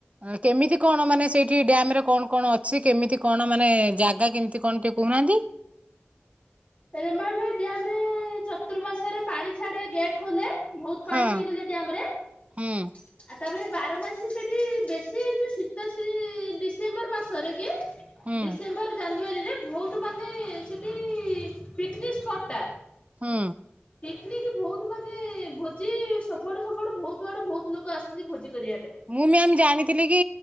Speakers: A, on the right (about 30°); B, on the left (about 30°).
A: ଅ କେମିତି କଣ ମାନେ ସେଇଠି ଡ୍ୟାମରେ କଣ କଣ ଅଛି କେମିତି କଣ ମାନେ ଜାଗା କେମିତି କଣ ଟିକେ କହୁନାହାନ୍ତି।
B: ରେମହାଳରେ ଡ୍ୟାମରେ ଚତୁର୍ମାସରେ ପାଣି ଛାଡେ ଗେଟ ଖୋଲେ। ଭୋଉତ ପାଣି
A: ହଁ
B: ହେଇଗଲେ ଡ୍ୟାମରେ ଆଉ
A: ହୁଁ
B: ତାପରେ ବାରମାସୀ ସେଠି ବେଶୀ ହେଇ ଯୋଉ ଶୀତ ସିରି ଡିସେମ୍ବର ମାସରେକି
A: ହୁଁ
B: ଡିସେମ୍ବର ଜାନୁଆରୀରେ ବୋହୁତ ମାନେ ସେଠି ପିକନିକ ସ୍ପଟଟା।
A: ହଁ।
B: ପିକନିକ ଭୋଉତ ମାନେ ଭୋଜି ସବୁଆଡୁ ସବୁଆଡୁ ଭୋଉତ ଆଡୁ ବୋହୁତ ଲୋକ ଆସନ୍ତି ଭୋଜି କରିବା ପାଇଁ।
A: ମୁଁ ମ୍ୟାମ ଜାଣିଥିଲି କି